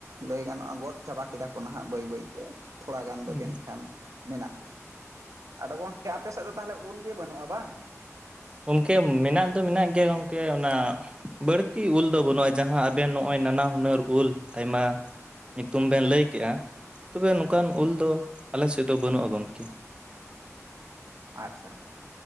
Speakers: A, on the right; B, on the right.
A: ᱞᱟᱹᱭ ᱜᱟᱱᱚᱜᱼᱟ ᱜᱚᱫ ᱪᱟᱵᱟ ᱠᱮᱫᱟ ᱠᱚ ᱱᱟᱦᱟᱸᱜ ᱵᱟᱹᱭ ᱵᱟᱹᱭᱛᱮ ᱛᱷᱚᱲᱟ ᱜᱟᱱ
B: ᱜᱚᱝᱠᱮ
A: ᱫᱚ ᱡᱟᱹᱱᱤᱡ ᱠᱷᱟᱱ ᱢᱮᱱᱟᱜ ᱜᱮᱭᱟ ᱟᱫᱚ ᱜᱚᱝᱠᱮ ᱟᱯᱮ ᱥᱮᱫ ᱫᱚ ᱛᱟᱦᱚᱞᱮ ᱩᱞ ᱜᱮ ᱵᱟᱹᱱᱩᱜᱼᱟ ᱵᱟᱝ
B: ᱜᱚᱝᱠᱮ ᱢᱮᱱᱟᱜ ᱫᱚ ᱢᱮᱱᱟᱜ ᱜᱮᱭᱟ ᱜᱚᱝᱠᱮ ᱚᱱᱟ ᱵᱟᱹᱲᱛᱤ ᱩᱞ ᱫᱚ ᱵᱟᱹᱱᱩᱜᱼᱟ ᱡᱟᱦᱟᱸ ᱟᱵᱮᱱ ᱱᱚᱜᱼᱚᱭ ᱱᱟᱱᱟ ᱦᱩᱱᱟᱹᱨ ᱩᱞ ᱟᱭᱢᱟ ᱧᱩᱛᱩᱢ ᱵᱮᱱ ᱞᱟᱹᱭᱠᱮᱜᱼᱟ ᱛᱚᱵᱮ ᱱᱚᱝᱠᱟᱱ ᱩᱞ ᱫᱚ ᱟᱞᱮ ᱥᱮᱫ ᱫᱚ ᱵᱟᱹᱱᱩᱜᱼᱟ ᱜᱚᱢᱠᱮ
A: ᱟᱪᱪᱷᱟ